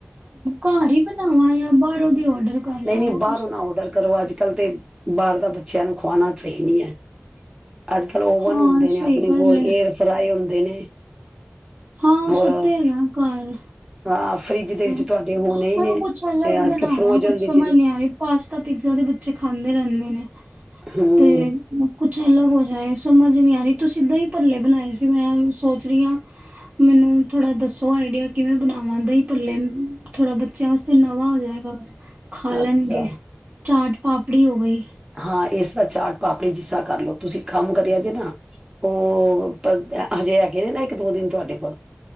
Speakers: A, on the right; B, on the right.
A: ਘਰ ਹੀ ਬਣਾਵਾਂ ਜਾਂ ਬਾਹਰੋਂ ਦੇ ਆਰਡਰ ਕਰ ਲਾਵਾਂ।
B: ਨਹੀਂ ਬਾਹਰੋਂ ਨਾ ਔਡਰ ਕਰੋ ਅੱਜ ਕੱਲ੍ਹ ਤੇ ਬਾਹਰ ਦਾ ਬੱਚਿਆਂ ਨੂੰ ਖਵਾਉਣਾ ਸਹੀ ਨਹੀਂ ਹੈ। ਅੱਜ ਕੱਲ੍ਹ ਓਵਨ
A: ਹਾਂ
B: ਹੁੰਦੇ ਨੇ
A: ਸਹੀ
B: ਆਪਣੇ
A: ਗੱਲ
B: ਕੋਲ
A: ਏ
B: ਏਅਰ ਫਰਾਈ ਹੁੰ ਦੇ ਨੇ
A: ਹਾਂ ਉਹ
B: ਹੋਰ
A: ਸਭ ਤੇ ਹੈਗਾ ਕਾਰ
B: ਹਾਂ ਫਰਿੱਜ ਦੇ ਵਿੱਚ
A: ਮ
B: ਤੁਹਾਡੇ ਹੋਣੇ ਹੀ ਨੇ
A: ਕੁੱਛ ਅਲੱਗ
B: ਅੱਜ
A: ਬਣਾਵਾਂ
B: ਕੱਲ ਫਰੋਜਨ
A: ਕੁੱਛ
B: ਦੀ
A: ਸਮਝ
B: ਚੀਜ਼
A: ਨੀ ਆਰੇ ਪਾਸਤਾ- ਪੀਜ਼ਾ ਦੇ ਬੱਚੇ ਖਾਂਦੇ ਰਹਿੰਦੇ ਨੇ।
B: ਹੂੰ
A: ਤੇ ਕੁੱਛ ਅਲੱਗ ਹੋ ਜਾਏ ਸਮਝ ਨਹੀਂ ਆ। ਤੁਸੀਂ ਦਹੀ -ਭਲੇ ਬਣਾਏ ਸੀ ਮੈਂ ਸੋਚ ਰਹੀ ਹਾਂ ਮੈਨੂੰ ਥੋੜਾ ਦੱਸੋ ਆਈਡੀਆ ਕਿਵੇਂ ਬਣਾਵਾਂ ਦਾਂ ਹੀ। ਪੁੱਲ ਥੋੜਾ ਬੱਚਿਆਂ ਵਾਸਤੇ ਨਵਾਂ ਹੋ ਜਾਏਗਾ ਖਾ ਲਣਗੇ
B: ਅੱਛਾ
A: ਚਾਟ ਪਾਪੜੀ ਹੋ ਗਈ।
B: ਹਾਂ ਇਸਦਾ ਚਾਟ ਪਾਪੜੀ ਜਿਸਾ ਕਰ ਲਓ ਤੁਸੀਂ ਕੰਮ ਕਰਿਆ ਜੇ ਨਾ ਉਹ ਹਜੇ ਹੈਗੇ ਨੇ ਨਾ ਇੱਕ ਦੋ ਦਿਨ ਤੁਹਾਡੇ ਕੋਲ।